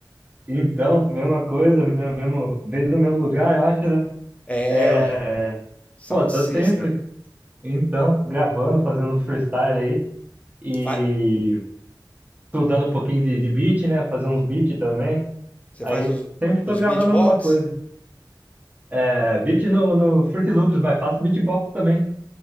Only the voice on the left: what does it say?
É,
ué. Sound
System.
Fa-
Você
faz os,
os
beatbox?